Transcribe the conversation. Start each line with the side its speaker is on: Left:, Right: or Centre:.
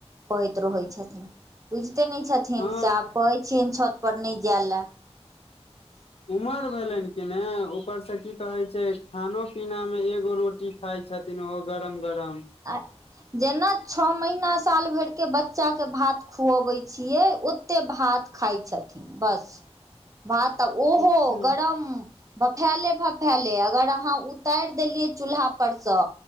Right: कहैत रहैत छथिन बुझिते नहि छथिन
Left: हँ
Right: से आब कहै छियनि छत पर नहि जाय लए <unintelligible>
Left: उमर भेलनि कि ने ऊपर से की कहे छै खानो पीना मे एगो रोटी खाइ छथिन ओहो गरम गरम
Right: आ जेना छः महीना साल भरि के बच्चा के भात खुअबै छियै ओते भात खाइ छथिन बस भात तऽ ओहो
Left: अच्छा
Right: गरम भफैले भफैले अगर अहाँ उताइर देलियै चूल्हा पर सँ